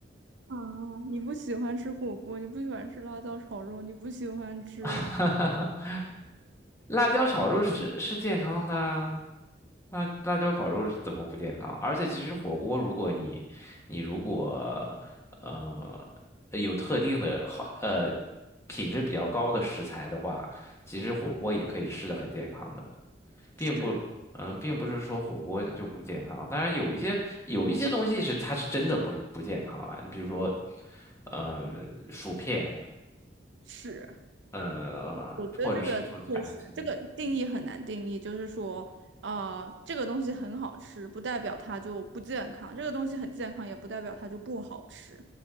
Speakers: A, on the right; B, on the left.
A: 啊，你不喜欢吃火锅，你不喜欢吃辣椒炒肉，你不喜欢吃
B: <laughs> 辣椒炒肉是是健康的啊，辣辣椒烤肉是怎么不健康？而且其实火锅，如果你你如果呃有特定的好呃品质比较高的食材的话，其实火锅也可以吃的很健康的，并不嗯、
A: 屎
B: 呃并不是说火锅它就不健康。当然有一些有一些东西是它是真的不不健康了，你比如说呃薯片，
A: 屎。
B: 呃或者是说炸鸡。
A: 觉得这个确实，这个定义很难定义，就是说，啊，这个东西很好吃，不代表它就不健康；这个东西很健康，也不代表它就不好吃。